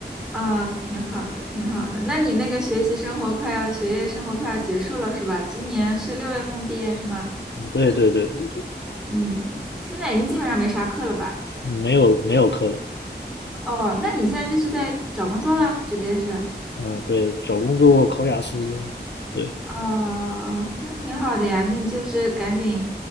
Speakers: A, in the centre; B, on the left (about 80°).
A: 啊，挺好的，挺好的。那你那个学习生活快要学业生活快要结束了是吧？今年是六月份毕业是吗？
B: 嗯，对对对对对，
A: 嗯，现在已经基本上没啥课了吧？
B: 没有没有课了，
A: 哦，那你现在就是在找工作啦，直接是。
B: 嗯，对，找工作考雅思，对，
A: 哦，哦那挺好的呀，那就是赶紧